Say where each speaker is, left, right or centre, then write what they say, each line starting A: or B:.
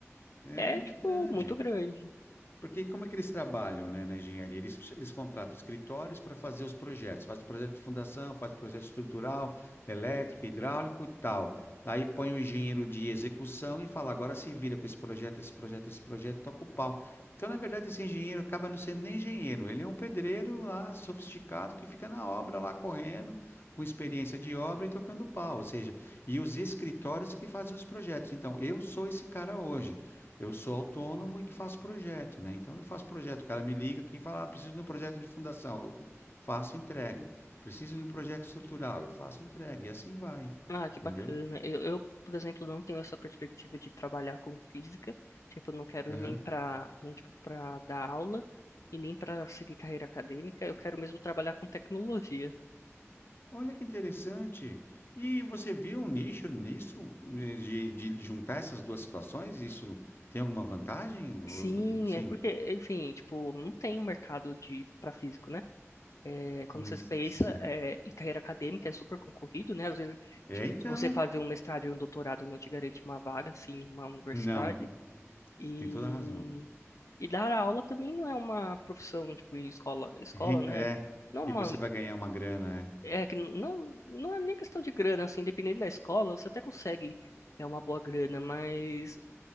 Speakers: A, on the left; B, on the left.
A: É
B: é,
A: muito
B: tipo,
A: grande.
B: muito grande.
A: Porque como é que eles trabalham, né, na engenharia? Eles, eles contratam escritórios para fazer os projetos. Faz o projeto de fundação, faz o projeto estrutural, elétrico, hidráulico e tal. Aí põe o engenheiro de execução e fala, agora se vira com esse projeto, esse projeto, esse projeto, toca o pau. Então, na verdade, esse engenheiro acaba não sendo nem engenheiro. Ele é um pedreiro lá, sofisticado, que fica na obra lá, correndo, com experiência de obra e tocando pau. Ou seja, e os escritórios que fazem os projetos. Então, eu sou esse cara hoje. Eu sou autônomo e que faço projeto, né? Então eu faço projeto. O cara me liga aqui e fala: ah, preciso de um projeto de fundação. Eu faço, e entrego. Preciso de um projeto estrutural. Eu faço, e entrego. E assim vai.
B: Ah, que
A: Entendeu?
B: bacana. Eu, eu, por exemplo, não tenho essa perspectiva de trabalhar com física. Tipo, eu não quero
A: Aham.
B: ir nem pra, nem, tipo, pra dar aula e nem pra seguir carreira acadêmica. Eu quero mesmo trabalhar com tecnologia.
A: Olha que interessante. E você viu um nicho nisso, eh, de, de juntar essas duas situações? Isso tem alguma vantagem?
B: Sim,
A: Ou, sim,
B: é porque, enfim, tipo, não tem um mercado de para físico, né? É, quando
A: Hum,
B: você pensa
A: sim.
B: é, em carreira acadêmica é super concorrido, né? Às vezes
A: É,
B: tipo,
A: então?
B: você fazer um mestrado e um doutorado não te garante uma vaga, assim, em uma universidade.
A: Não.
B: E,
A: Você tem toda a razão.
B: e dar aula também não é uma profissão, tipo, em escola, escola,
A: <laughs>
B: né?
A: É,
B: Não
A: que
B: é uma,
A: você vai ganhar uma grana,
B: é que não, não é nem questão de grana, assim, dependendo da escola, você até consegue é uma boa grana, mas